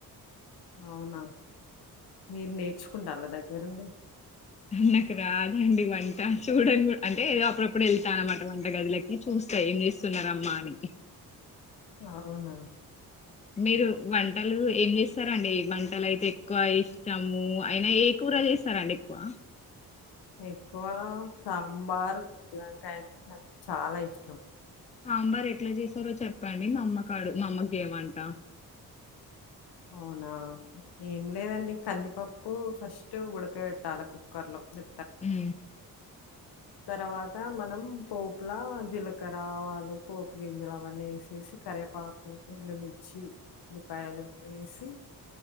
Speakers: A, on the left; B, on the left.
A: అవునా మీరు నేర్చుకుంటాల్ల దగ్గరుండి.
B: నాకు రాదండి వంట చూడన్ కు అంటే ఏదో అప్పుడప్పుడు వెళ్తా అన్నమాట వంట గదిలకి చూస్తా ఏం చేస్తున్నరు అమ్మా అని.
A: అవునా
B: మీరు వంటలు ఏం చేస్తారండి, వంటలు అయితే ఎక్కువ ఇష్టము అయినా ఏ కూర చేస్తారండి ఎక్కువ.
A: ఎక్కువ సాంబార్, గుత్తివంకాయ అంటే నాకు చాలా ఇష్టం.
B: సాంబార్ ఎట్ల చేసారో చెప్పండి మా అమ్మకడు మా అమ్మకి చేయమంట.
A: అవునా ఏం లేదండి కందిపప్పు ఫస్ట్ ఉడక పెట్టాల కుక్కర్లో మె
B: హుమ్
A: తర్వాత మనం పోపుల జీలకర్ర, ఆవాలు పోపు గింజలు అవన్నీ వేసేసి కరవేపాకు, ఎండుమిర్చి, ఉల్లిపాయలు వేసి